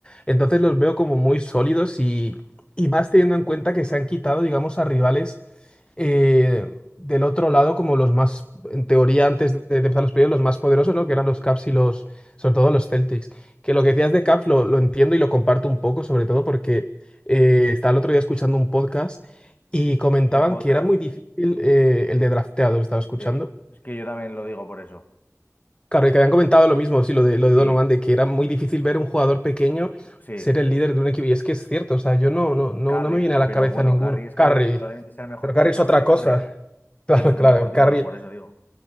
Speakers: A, on the left (about 20°); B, on the left (about 35°).
A: Entonces los veo como muy sólidos y, y más teniendo en cuenta que se han quitado, digamos, a rivales eh, del otro lado como los más, en teoría, antes de, de empezar los playoffs, los más poderosos, ¿no? Que eran los Caps y los, sobre todo los Celtics. Que lo que decías de Caps lo, lo entiendo y lo comparto un poco, sobre todo porque eh, estaba el otro día escuchando un podcast y comentaban
B: ¿Qué podcast?
A: que era muy difícil eh, el de drafteado, estaba escuchando.
B: Sí, es que yo también lo digo por eso.
A: Claro, y que habían comentado lo mismo, sí, lo de, lo de
B: Sí,
A: Donovan, de que era muy difícil ver un jugador pequeño
B: sí.
A: ser el líder de un equipo. Y es que es cierto, o sea, yo no, no, no,
B: Curry,
A: no me viene a la
B: pero
A: cabeza
B: bueno,
A: ninguno.
B: Curry es
A: Curry,
B: que probablemente sea el mejor
A: pero Curry
B: tirador
A: es otra
B: de la historia.
A: cosa. <laughs>
B: Sí,
A: Claro,
B: pero es
A: claro,
B: el mejor tirador,
A: Curry
B: por eso digo.